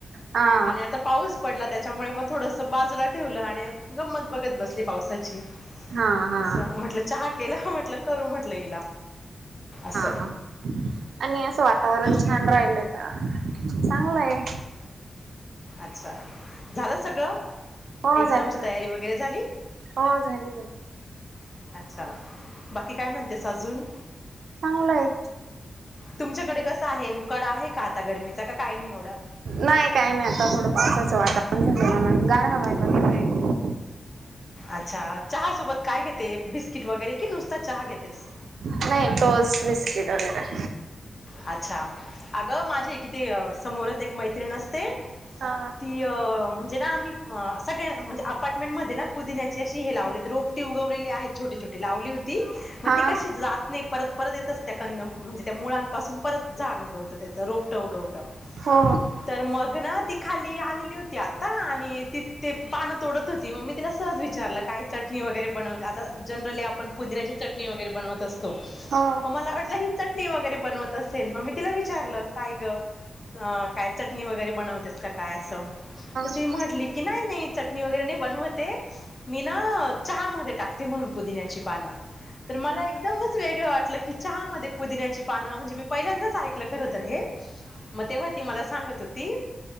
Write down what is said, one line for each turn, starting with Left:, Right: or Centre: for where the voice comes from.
Right: हा
Left: आणि आता पाऊस पडला त्याच्यामुळे मग थोडस बाजूला ठेवलं आणि गंमत बघत बसली पावसाची
Right: हा हा
Left: अस म्हटलं चहा केला म्हटल करू म्हटलं हिला अस
Right: हा आणि असं वातावरण छान राहिल का चांगलंय
Left: अच्छा झालं सगळं
Right: हो
Left: एक्झामची
Right: झालं ना
Left: तयारी वगैरे झाली
Right: हो झाली झाली
Left: अच्छा बाकी काय म्हणतेस अजून
Right: चांगलंय
Left: तुमच्याकडे कसं आहे उकाडा आहे का आता गर्मीचा का काय नाही एवढा
Right: नाही काही नाही आता थोडं पावसाचं वातावरण झालं म्हणून गार हवं आहे बघैे
Left: अच्छा चहा सोबत काय घेते बिस्किट वगैरे कि नुसता चहा घेतेस
Right: नाही टोस्ट बिस्किट वगैरे
Left: अच्छा अगं माझे किती समोरच एक मैत्रीण असते.
Right: हा.
Left: ती अ म्हणजे ना आम्ही सगळ्यां म्हणजे अपार्टमेंटध्ये ना पुदि्याचे असशी हे लावले. रोपटी उगवलेली आहेत छोटी छोटी लावली होती मग
Right: हा
Left: ती कशी जात नाही परत परत येतच त्या कंद म्हणजे त्या मुळांपासून परत झाड उगवतं त्याचं रोपटं उगवतं.
Right: हो
Left: तर मग ना ती खाली आलेली होती आता मी ती ते पान तोडत होती मग मी तिला सहज विचारलं काय चटणी वगैरे बनव आता जनड्रली पुदिची चटणी वगैरे बनवत असतो
Right: हो
Left: म मला वाट ही चटणी वगैरे बनवत असेल म मी तिला विचारलं काय ग काय चटणी वगैरे बनवतेस का काय असं. तर ती
Right: हम्म
Left: म्हटली की नाही नाही. चटणी वगैरे नाही बनवते मी ना चहा मध्ये टाकते म्हणून पुदिन्याची पान तर मला एकदमच वेगळं वाटलं की चहा मध्ये पुदिण्याची पान म्हणजे पहिल्यांदाच ऐकलं खर तर हे म तेव्हा ती मला सांगत होती